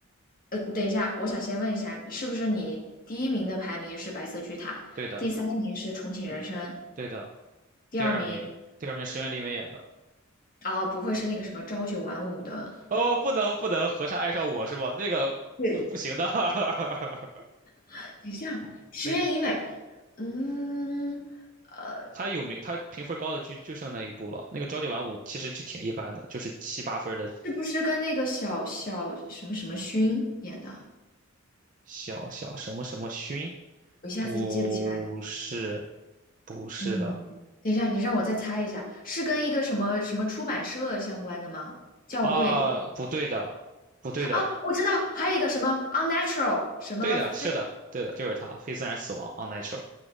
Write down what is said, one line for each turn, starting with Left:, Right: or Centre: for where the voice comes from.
Left: 呃，等一下，我想先问一下，是不是你第一名的排名是《白色巨塔》，
Right: 对的，
Left: 第三名是《重启人生》，
Right: 对的，
Left: 第二名
Right: 第二名，第二名石原里美演的。
Left: 啊，不会是那个什么朝九晚五的？
Right: 哦，不能不能，和尚爱上我是吧？那个不不行的，
Left: 对，
Right: <laughs>
Left: 等一下，石原里美，
Right: 那个
Left: 嗯，呃，
Right: 他有名，他评分高的剧就剩那一部了。那个朝九晚五其实就挺一般的，就是七八分的
Left: 是不是跟那个小小什么什么勋演的？
Right: 小小什么什么勋。
Left: 我一下子记不起来。
Right: 不是，不是的
Left: 嗯，等一下，你让我再猜一下，是跟一个什么什么出版社相关的吗？校对，
Right: 啊，不对的，不对的，
Left: 啊，我知道，还有一个什么 unnatural，什么非，
Right: 对的，是的，对的，就是他，非自然死亡，unnatural。